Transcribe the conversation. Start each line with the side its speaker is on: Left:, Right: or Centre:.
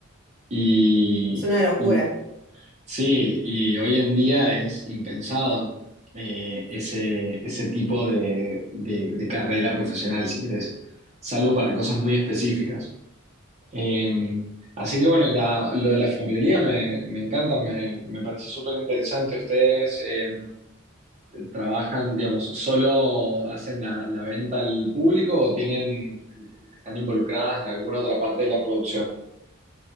Right: Y,
Centre: es una locura.
Right: y Sí, y hoy en día es impensado eh, ese, ese tipo de, de- de carrera profesional, si querés, salvo para cosas muy específicas. Eh, así que bueno, y la- lo de la alfambrería me, me encanta, me, me parece súper interesante. Ustedes eh, trabajan, digamos, ¿solo hacen la, la venta al público o tienen, están involucradas en alguna otra parte de la producción?